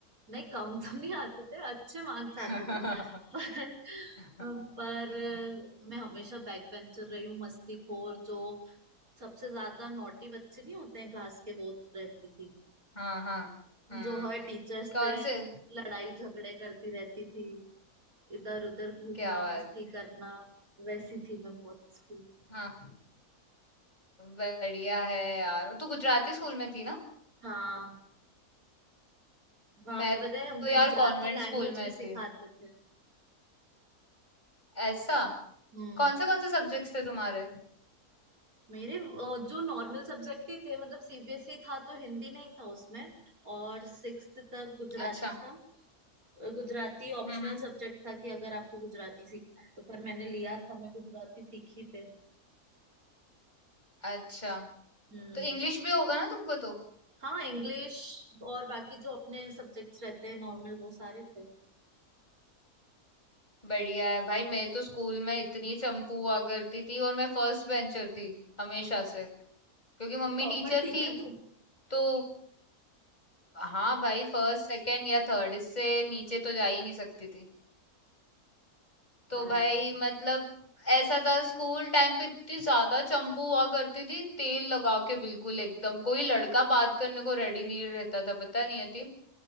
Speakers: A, on the right; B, on the left.
A: नहीं कम तो नहीं आते थे अच्छे मार्क्स आते
B: <laughs>
A: थे पर
B: हाँ
A: पर मैं हमेशा बैक बेंचर रही हूँ मस्ती खोर जो सबसे ज्यादा नॉटी बच्चे नहीं होते हैं क्लास के वो रहती थी
B: हाँ हाँ
A: जो हर टीचर से
B: कौन से
A: लड़ाई झगड़े करती रहती थी इधर उधर घूमना
B: क्या बात
A: मस्ती
B: है
A: करना वैसी थी मैं बहुत स्कूल
B: हाँ बढ़िया है यार तू गुजराती स्कूल में थी ना
A: हाँ वहां
B: मैं
A: पे पता है हमको
B: तो यार
A: गुजराती
B: कॉन्वेंट
A: लैंग्वेज
B: स्कूल में
A: भी
B: थी
A: सिखाते थे
B: ऐसा
A: हम्म
B: कौन से कौन से सब्जेक्ट्स थे तुम्हारे
A: मेरे अ, जो नॉर्मल सब्जेक्ट ही थे मतलब सीबीएसई था तो हिंदी नहीं था उसमें और सिक्स्थ तक गुजराती
B: अच्छा
A: था अ, गुजराती
B: हम्म
A: ऑप्शनल
B: हम्म,
A: सब्जेक्ट था कि अगर आपको गुजराती सीखना है तो पर मैंने लिया था मैं गुजराती सीखी फिर
B: अच्छा
A: हम्म
B: तो इंग्लिश भी होगा ना तुमको तो
A: हाँ इंग्लिश और बाकी जो अपने सब्जेक्ट्स रहते हैं नॉर्मल वो सारे थे
B: बढ़िया है भाई मैं तो स्कूल में इतनी चंपू हुआ करती थी और मैं फर्स्ट बेंचर थी हमेशा से क्योंकि मम्मी
A: टॉपर
B: टीचर
A: थी
B: थी
A: क्या तू
B: तो हाँ भाई फर्स्ट सेकंड या थर्ड इससे नीचे तो जा ही नहीं सकती थी तो
A: वाह
B: भाई
A: यार
B: मतलब ऐसा था स्कूल टाइम पे इतनी ज्यादा चंपू हुआ करती थी तेल लगा के बिल्कुल एकदम कोई लड़का बात करने को रेडी नहीं रहता था पता नहीं होती